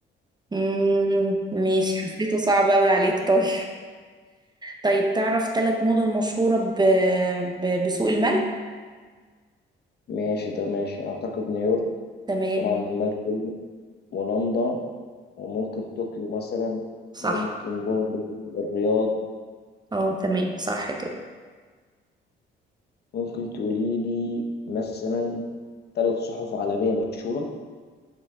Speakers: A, on the right; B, on the left.
A: أمم، ماشي حسيته صعب أوي عليك طيب طيب تعرف ثلاث مدن مشهورة ب... ب... بسوق المال
B: ماشي ده ماشي أعتقد نيويورك
A: تمام
B: طبعا الملك فيلم ولندن وممكن طوكيو مثلا
A: صح
B: وممكن برضه الرياض
A: اه تمام صح كده
B: ممكن تقولي لي مثلا ثلاث صحف عالمية مشهورة